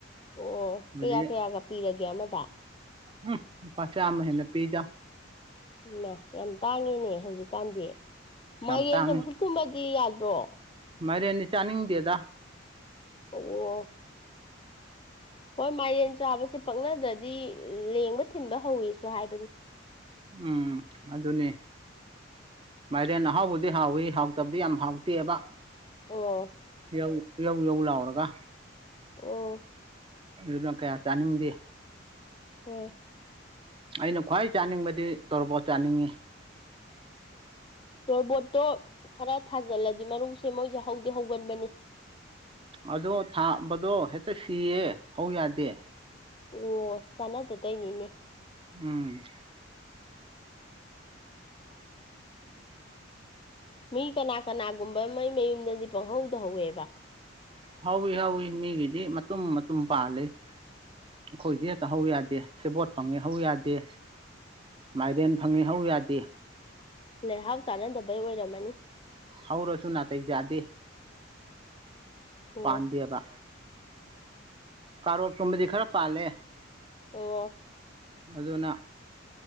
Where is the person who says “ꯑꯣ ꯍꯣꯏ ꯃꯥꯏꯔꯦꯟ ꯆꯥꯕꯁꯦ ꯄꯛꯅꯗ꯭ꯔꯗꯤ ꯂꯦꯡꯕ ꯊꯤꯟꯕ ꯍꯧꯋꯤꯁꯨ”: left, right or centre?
Left